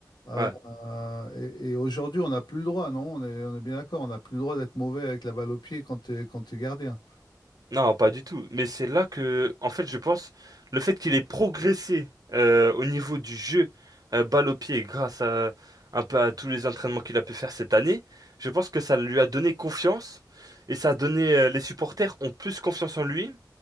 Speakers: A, on the left; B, on the right.
A: Euh,
B: Ouais.
A: euh, et et aujourd'hui, on n'a plus le droit, non? On est, on est bien d'accord, on n'a plus le droit d'être mauvais avec la balle au pied quand tu es, quand t'es gardien.
B: Non, pas du tout. Mais c'est là que, en fait, je pense, le fait qu'il ait progressé euh, au niveau du jeu euh, balle au pied grâce à un peu à tous les entraînements qu'il a pu faire cette année, je pense que ça lui a donné confiance et ça a donné euh, les supporters ont plus confiance en lui